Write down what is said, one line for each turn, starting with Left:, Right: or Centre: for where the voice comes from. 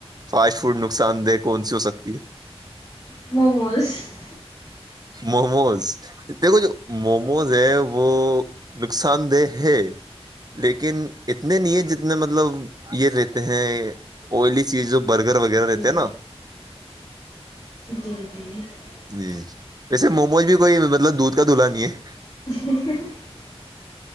Right: فاسٹ فوڈ نقصان دہ کون سی ہو سکتی ہے
Left: موموز <unintelligible>
Right: موموز دیکھو جو موموز ہے وہ نقصان دہ ہے لیکن اتنے نہیں ہے جتنے اتنے مطلب یہ رہتے ہیں ائلی چیز جو برگر وغیرہ
Left: جی
Right: رہتے نا
Left: جی جی <unintelligible>
Right: جی جی ویسے موموز بھی کوئی مطلب دودھ کا دلہا نہیں ہے
Left: <unintelligible>